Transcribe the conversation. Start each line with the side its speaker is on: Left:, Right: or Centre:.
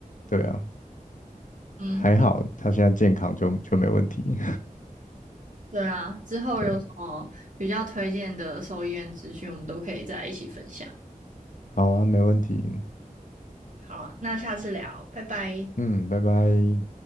Left: 对啊，
Right: 嗯。
Left: 还好他现在健康就就没问题，
Right: 对啊，之后有什么比较推荐的兽医院资讯，
Left: <laughs> 对，
Right: 我们都可以再一起分享。
Left: 好啊，没问题，
Right: 好啊，那下次聊，拜拜。
Left: 嗯，拜拜。